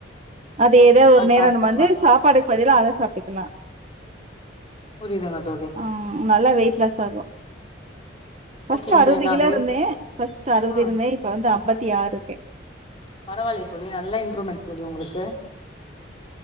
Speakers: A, on the right; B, on the left.
A: அது எதோ ஒரு
B: அது
A: நேரோ
B: சாப்ட்டுக்கலா
A: நம்ம வந்து சாப்பாடுக்கு பதிலா அத சாப்ட்டுக்கலா
B: புரியுதுங்க தோழி
A: ம் நல்லா வெயிட் லாஸ் ஆகு ஃபஸ்ட்டு
B: ஓகேங்க
A: அறுவது
B: தோழி நா
A: கிலோ
B: வெயிட்
A: இருந்தே ஃபஸ்ட்டு அறுவது
B: ஆ
A: இருந்தே இப்ப வந்து அம்பத்தி ஆறுக்கே
B: பரவால்லயே தோழி நல்லா இம்ப்ரூவ்மெண்ட் தோழி உங்களுக்கு